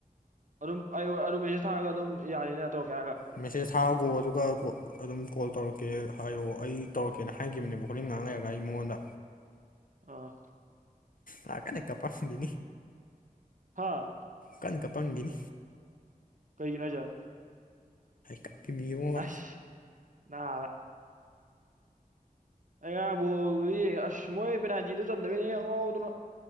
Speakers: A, on the right; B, on the left.
A: ꯑꯗꯨꯝ ꯑꯩ ꯑꯗꯨꯔꯨꯝꯃꯦꯁꯨ ꯊꯛꯔꯒ ꯑꯗꯨꯝ ꯌꯥꯅꯤꯅ ꯇꯧꯀꯦ ꯍꯥꯏꯒ
B: ꯃꯦꯁꯦꯖ ꯊꯥꯈꯣ ꯑꯗꯨꯒ ꯀꯣ ꯑꯗꯨꯝ ꯀꯣꯜ ꯇꯧꯔꯛꯀꯦ ꯍꯥꯏꯌꯣ ꯑꯩ ꯇꯧꯔꯛꯀꯦꯅ ꯍꯥꯏꯈꯤꯕꯅꯦꯕ ꯍꯣꯔꯦꯟ ꯉꯥꯡ ꯂꯩꯔꯒ ꯑꯩ ꯃꯨꯛ ꯃꯗ
A: ꯑꯥ
B: ꯂ ꯀꯅꯦ ꯀꯄꯥꯅꯤ
A: ꯍꯥꯥ
B: ꯀꯟ ꯀꯄꯪꯈꯤꯅꯤ
A: ꯀꯩ ꯅꯖ
B: ꯀꯞꯄꯤ ꯃꯤ ꯑꯃ
A: ꯑꯁ ꯅꯂ ꯑꯩ ꯉꯥꯕꯣꯗꯤ ꯑꯁꯃꯣꯏ ꯄꯕꯤꯅꯥꯖꯤꯗꯨ ꯆꯟꯗꯕꯅꯦ ꯉꯪ ꯉꯥꯎꯗꯅ